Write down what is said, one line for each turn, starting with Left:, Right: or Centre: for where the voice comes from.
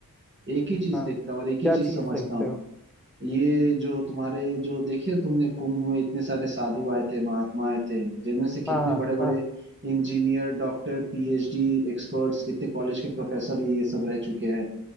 Right: एक ही चीज
Centre: हाँ
Right: देखता हूँ और एक ही
Centre: क्या
Right: चीज
Centre: चीज़
Right: समझता
Centre: देखते
Right: हूँ
Centre: हो
Right: ये जो तुम्हारे जो देखिए तुमने कुंभ में इतने सारे साधु आए थे महात्मा आए थे जिनमें से कितने
Centre: हाँ हाँ
Right: बड़े बड़े
Centre: हाँ
Right: इंजीनियर डॉक्टर पीएचडी एक्सपर्ट्स कितने कॉलेज के प्रोफेसर ये सब रह चुके हैं